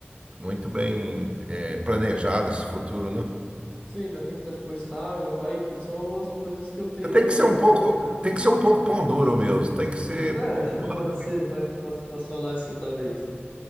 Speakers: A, on the right (about 25°); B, on the left (about 35°).
A: muito bem, é, planejado esse futuro, né?
B: Sim, já tem que estar, tipo, estável, pai. E são algumas coisas que eu tenho.
A: Você Tem que ser um pouco, tem que ser um pouco pão duro mesmo, tem que ser
B: Tá,
A: poupado.
B: <laughs> pode ser, pode, posso, posso falar assim, talvez.